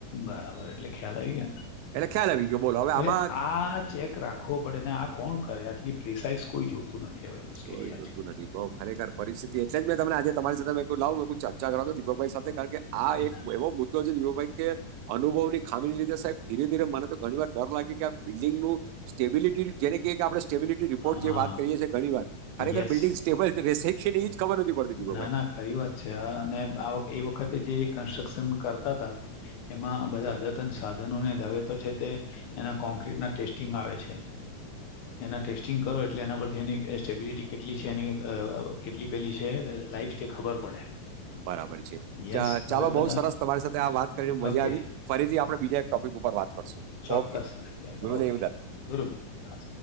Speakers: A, on the left; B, on the right.
A: બરાબર એટલે ખ્યાલ આવી ગયા ને
B: ગયું એટલે ખ્યાલ આવી ગયો બોલો હવે આમાં
A: એટલે આ ચેક રાખવો પડે ને આ કોણ કરે આટલી પ્રિસાઇસ કોઈ જોતું નથી. હવે મુશ્કેલી
B: કોઈ
A: આ
B: જોતું
A: છે
B: નથી બઉ ખરેખર પરિસ્થિતિ એટલે જ મેં તમનેજે તમારી સાથે મેંુંાવ ચર્ચા કર છો દીપકભાઈ સાથે કારણ કે આ એક
A: ના, ના.
B: એવો મુદ્દો છે, દીપકભાઈ કે અનુભવ ની ખામી લીધે સાહેબ ધીરે ધીરે મને તો ઘણી વાર ડર લાગે કે આ બિલ્ડિંગ નુ સ્ટેબિટી જેને ક કે આપણે સેબલિટી રિપોર્ટ
A: હા
B: જે વાત કરીએીએ ઘણી વાર ખરેખર
A: યસ
B: બિલ્ડિંગ સ્ટેબલ એ જ ખબર નથી પડતી દીપકભાઈ
A: ના ના ખરી વાત છે હ અને એ વખતે જે કન્સ્ટ્રક્શન કરતા હતા. એમાં બધા અદતન સાધનોને દાવે તો છે, તે એના કોન્ક્ર્રીટ ના ટેસ્ટિંગ આવે છે. એના ટેસ્ટિંગ કરો એટલે એના પરથી એની સ્ટેબિલિટી કેટલી છે, એની કેટલી પેલી લાઈફ તે ખબર પડે
B: બરાબર છે.
A: યસ
B: ચાલો
A: હવે બધા
B: બઉુ સરસ તમારી સાથે આ વાત કરીને મજા
A: ઓકે
B: આવી ફરીથી આપડણે બીજા એક ટોપિક ઉપર વાત કરશું
A: ચોક્કસ
B: ઓકે
A: સર
B: ગુરુદેવ
A: ઓકે
B: દત્ત
A: ગુરુ દ હા